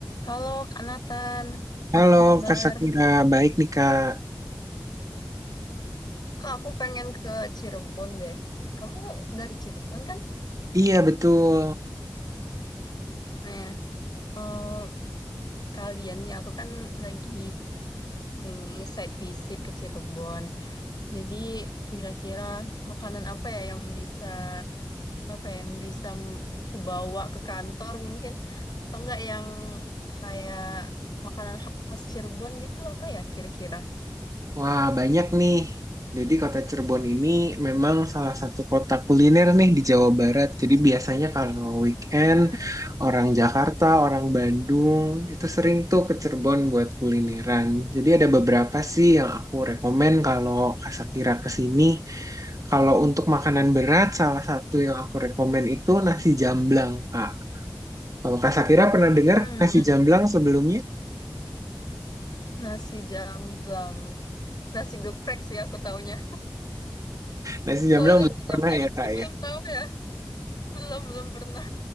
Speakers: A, on the left (about 70°); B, on the right (about 50°).
A: Halo Kak Nathan,
B: Halo
A: apa kabar?
B: Kak Sakira, baik nih Kak.
A: Kak, aku pengen ke Cirebon deh. Kamu dari Cirebon kan?
B: Iya betul.
A: Nah, eh, sekalian nih aku kan lagi ini site visit ke Cirebon. Jadi kira-kira makanan apa ya yang bisa apa ya, yang bisa m- aku bawa ke kantor mungkin? Atau enggak yang kayak makanan khas Cirebon gitu apa ya kira-kira?
B: Wah banyak nih. Jadi kota Cirebon ini memang salah satu kota kuliner nih di Jawa Barat. Jadi biasanya kalau weekend
A: Hmm,
B: orang Jakarta, orang Bandung itu sering tuh ke Cirebon buat kulineran. Jadi ada beberapa sih yang aku rekomen kalau Kak Sakira ke sini. Kalau untuk makanan berat, salah satu yang aku rekomen itu nasi jamblang Kak. Kalau Kak Sakira pernah dengar
A: hmm,
B: nasi jamblang sebelumnya?
A: nasi jamblang. Nasi geprek sih aku taunya.
B: Nasi jamblang
A: Kalau nasi
B: belum pernah
A: jamblang
B: ya
A: aku
B: kak
A: belum
B: ya.
A: tahu ya. Belum, belum pernah.